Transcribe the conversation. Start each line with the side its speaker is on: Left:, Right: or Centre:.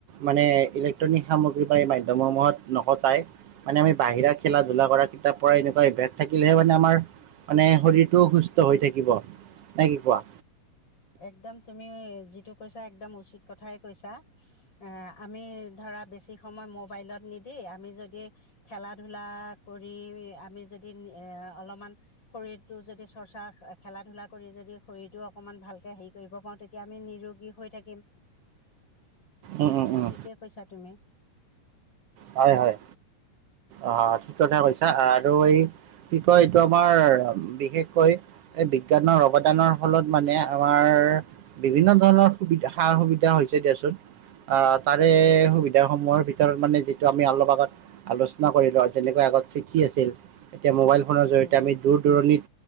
Right: মানে ইলেক্ট্ৰনিক সামগ্ৰী বা এই মাধ্যম সমূহত নকটাই মানে আমি বাহিৰা খেল ধূলা কৰা, কিতাপ পঢ়া এনেকুৱা অভ্যাস থাকিলহে মানে আমাৰ মানে শৰীৰটোও সুস্থ হৈ থাকিব, নে কি কোৱা?
Left: একদম তুমি যিটো কৈছা একদম উচিত কথাই কৈছা। এ আমি ধৰা বেছি সময় মোবাইলত নিদি আমি যদি খেলা ধূলা কৰি আমি যদি এ অলপমান শৰীৰটো যদি চৰ্চা খেলা ধলা কৰি যদি শৰীৰটোও অকমান ভাল কে হেৰি কৰিব পাৰো তেতিয়া আমি নিৰোগী হৈ থাকিম,
Right: উম উম
Left: সেইটো
Right: উম
Left: ঠিকেই কৈছা তুমি।
Right: হয় হয়, অ' ঠিক কথা কৈছা আৰু এই কি কয় এইটো আমাৰ বিশেষকৈ এই বিজ্ঞানৰ অৱদানৰ ফলত মানে আমাৰ বিভিন্ন ধৰণৰ সুবিধা সা সুবিধা হৈছে দিয়াচোন। আ তাৰে সুবিধা সমূহৰ ভিতৰত মানে আমি অলপ আগত আলোচনা কৰিলো যেনেকৈ আগত চিঠি আছিল এতিয়া মোবাইল ফোনৰ জৰিয়তে
Left: উম
Right: আমি দূৰ দূৰণিত